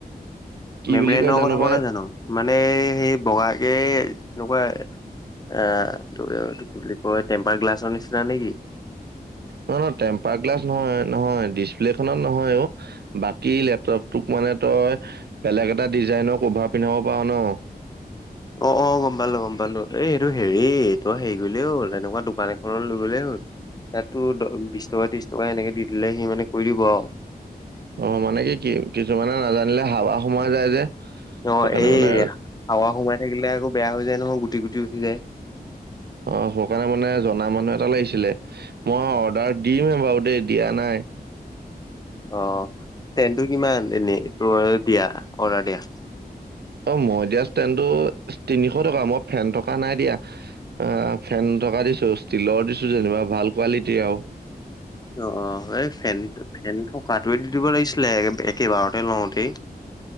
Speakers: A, on the right; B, on the left.
A: কি
B: মেমৰেনৰ
A: বুলি কয়
B: কথা কোৱা
A: পাই
B: নাই জানো মানে সেই বগাকে এনেকুৱা এ ত কি বুলি কয় টেম্পাৰ গ্লাছৰ নিচিনা নেকি
A: নহ নহয় টেম্পাৰ গ্লাছ নহয় নহয় ডিচপ্লে খনত নহয় অ বাকী মানে তই বেলেগ এটা ডিজাইনৰ কভাৰ পিন্ধাব পাৰ ন
B: অ অ অ গম পালো গম পালো এইটো হেৰি তই হেৰি কৰিলে হ'ল এনেকুৱা দোকান এখন লৈ গ'লে হ'ল সিতো বিশ টকা ত্ৰিশ টকা এনেকে দি দিলে সি মানে কৰি দিব আৰু
A: অ, মানে কি-কি কিছুমানে নাজানিলে হাৱা সোমাই যায় যে।
B: অ
A: সেইকাৰণে
B: এই
A: মানে
B: হাৱা সোমাই থাকিলে আকৌ বেয়া হৈ যায় নহয়, গুটি-গুটি উঠি যায়।
A: অ সেই কাৰণে মানে জনা মানুহ এটা লাগিছিলে। মই অৰ্ডাৰ দিমহে বাৰু দেই দিয়া নাই।
B: অ ষ্টেনটো কিমান এনেই তই দিয়া অৰ্ডাৰ দিয়া?
A: অ মই দিয়া ষ্টেনটো তিনিশ টকা। মই ফেন থকা নাই দিয়া। অ ফেন টকা দিছো ষ্টিলৰ দিছো যেনিবা। ভাল কোৱালিটি আৰু।
B: <inaudible> অ-অ এই ফেন ফেন থকাটোৱে দি দিব লাগিছিলে একেবাৰতে লওঁতেই। <inaudible>